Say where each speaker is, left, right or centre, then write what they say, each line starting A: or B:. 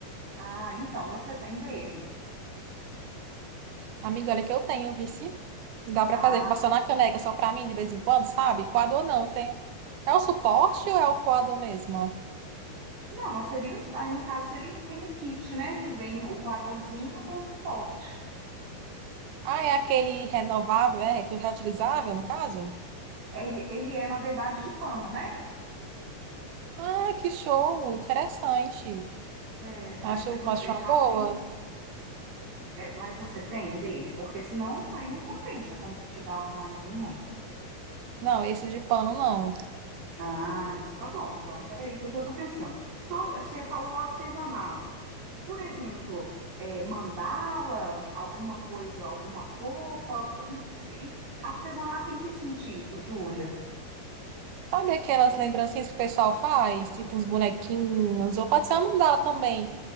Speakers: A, on the right; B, on the right.
A: Ah, então você tem dele.
B: Amiga, olha que eu tenho, vice. Dá para
A: Ah,
B: fazer, que passar na caneca só para mim de vez em quando, sabe? Coador não, eu tenho. É o suporte ou é o coador mesmo?
A: não, mas seria, os- aí no caso seria, tem um kit, né, que vem o coadorzinho com suporte.
B: Ah, é aquele renovável, é? Que é o reutilizável, no caso?
A: Ele, ele é, na verdade, de pano, né?
B: Ah, que show! Interessante.
A: É,
B: Acho,
A: mas se você
B: acho uma
A: já
B: boa.
A: tem, é, mas você tem dele, porque senão aí não compensa como te dar mais um, ué.
B: Não, esse de pano não.
A: Ah, então tá bom. Então, peraí que eu já estou pensando. Só, você falou artesanato. Por exemplo, eh, mandala, alguma coisa, alguma roupa. Como se- Artesanato em que sentido, Júlia?
B: Sabe aquelas lembrancinhas que o pessoal faz? Tipo uns bonequinhos, ou pode ser uma mandala também.